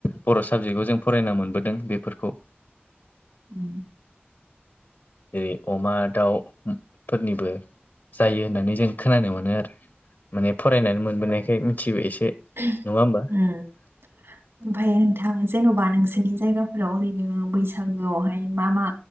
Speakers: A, on the left; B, on the right.
A: बर' साबजेक्टआव जों फरायनो मोनबोदों बेफोरखौ
B: उ
A: जेरै अमा दाउ फोरनिबो जायो होननानै जों खोनानो मोनो आरो माने फरायनानै मोनबोनायखाय मिथियो एसे
B: <unintelligible>
A: नङा होमबा
B: <unintelligible>
A: <unintelligible>
B: ओमफफ्राय नोंथां जेन'बा नोंसोरनि जायगाफोराव ओरैनो बैसागोआवहाय मा मा